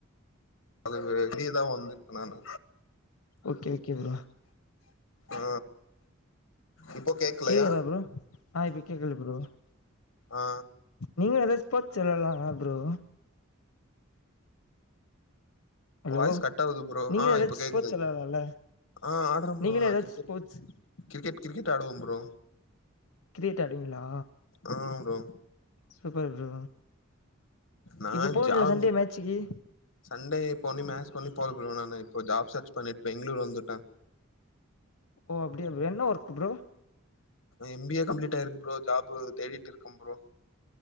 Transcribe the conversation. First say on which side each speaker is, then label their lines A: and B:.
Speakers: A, on the left; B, on the left.
A: அது வெளியிதா வந்திருக்க நானு
B: ஓக்கேகே ப்ரோ
A: ஆ இப்போ கேக்கலையா
B: கேக்குதா ப்ரோ ஆ இப்ப கேக்குது ப்ரோ
A: ஆ
B: நீங்களு அதே ஸ்போர்ட்ஸ் வெளாட்லால அ ப்ரோ ஹலோ
A: வாய்ஸ் கட்டா ஆகுது ப்ரோ
B: நீங்களு
A: ஆ
B: ஏதாச்சு
A: இப்ப கேக்குது
B: ஸ்போர்ட்ஸ் விளாட்லால்ல
A: ஆ ஆடறே
B: நீங்களு
A: ப்ரோ நா
B: ஏதாச்சு
A: கிரிக்கெட்
B: ஸ்போர்ட்ஸ்
A: கிரிக்கெட் கிரிக்கெட் ஆடுவ ப்ரோ
B: கிரிக்கெட் ஆடுவிங்ளா
A: ஆ ஆ ப்ரோ
B: சூப்பர் ப்ரோ
A: நா
B: இப்ப போவீங்லா
A: ஜாப்
B: சண்டே மேட்சிக்கி
A: சண்டே போன்யு மேட்ஸ் பண்ணி போட்ற ப்ரோ நானு இப்போ ஜாப் சர்ச் பண்ணிட் பெங்ளூர் வந்துட்டே
B: ஓ அப்டியா ப்ரோ என்ன work bro
A: M B A complete ஆயிருக்கு ப்ரோ ஜாப்பு தேடிட் இருக்கம் ப்ரோ